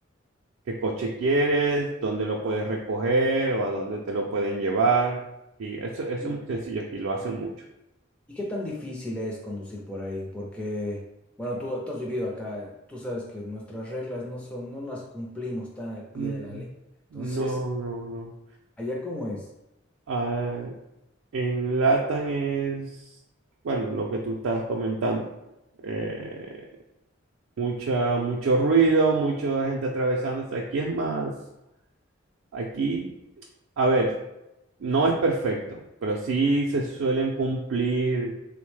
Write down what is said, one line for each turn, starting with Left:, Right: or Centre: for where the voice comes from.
Right: qué coche quieres, dónde lo puedes recoger o a dónde te lo pueden llevar. Y eso, eso
Centre: ¿Y,
Right: es muy sencillo aquí, lo hacen mucho.
Centre: y qué tan difícil es conducir por ahí? Porque, bueno, tú, tú has vivido acá, tú sabes que nuestras reglas no son, no las cumplimos tan al pie
Right: Mm,
Centre: de la ley. Entonces,
Right: No, no, no.
Centre: ¿allá cómo es?
Right: Ah, en Latam es, bueno, lo que tú estás comentando. Eh, mucha, mucho ruido, mucha gente atravesándose. Aquí es más, aquí, a ver, no es perfecto, pero sí se suelen cumplir